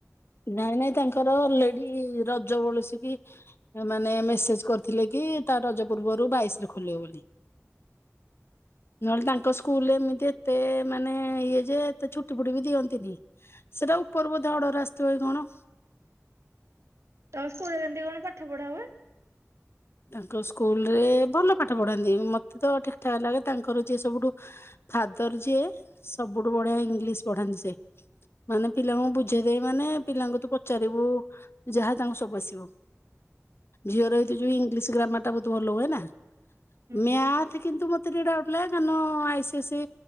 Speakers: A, on the left; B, on the right.
A: ନାଇଁ ନାଇଁ ତାଙ୍କର ଅଲ୍ ରେଡି ରଜ ବଳସିକି ମାନେ ମେସେଜ୍ କରିଥିଲେ କି ତା ରଜ ପୂର୍ବରୁ ବାଇଶ୍ ରେ ଖୋଲିବ ବୋଲି। ନହେଲେ ତାଙ୍କ ସ୍କୁଲରେ ଏମିତି ଏତେ ମାନେ ଇଏ ଯେ ଏତେ ଛୁଟି ଫୁଟି ବି ଦିଅନ୍ତିନି ସେଟା ଉପରୁ ବୋଧେ ଅର୍ଡର ଆସିିଥିବ କି କଣ।
B: ତାଙ୍କ ସ୍କୁଲ ରେ କେମତି କଣ ପାଠ ପଢା ହୁଏ?
A: ତାଙ୍କ ସ୍କୁଲ୍ ରେ ଭଲ ପାଠ ପଢାନ୍ତି ମତେ ତ ଠିକ୍ ଠାକ୍ ଲାଗେ ତାଙ୍କର ଯିଏ ସବୁଠୁ ଫାଦର୍ ଯିଏ ସବୁଠୁ ବଢିଆ ଇଂଲିଶ ପଢାନ୍ତି ସେ। ମାନେ ପିଲାଙ୍କୁ ବୁଝେଇଦେବେ ମାନେ ପିଲାଙ୍କୁ ତୁ ପଚାରିବୁ ଯାହା ତାଙ୍କୁ ସବୁ ଆସିବ ଝିଅର ଏଇତି
B: ହୁଁ
A: ଯଉ ଇଂ ଲିଶ୍ ଗ୍ରାମାର୍ ବହୁତ୍ ଭଲ ହୁଏ ନା ମ୍ୟାଥ୍
B: ହୁଁ ହୁଁ
A: କିନ୍ତୁ ମ ତେ ଟିକେ ଡାଉଟ୍ ଲାଗେ କାରଣ ଆଇସିଏସି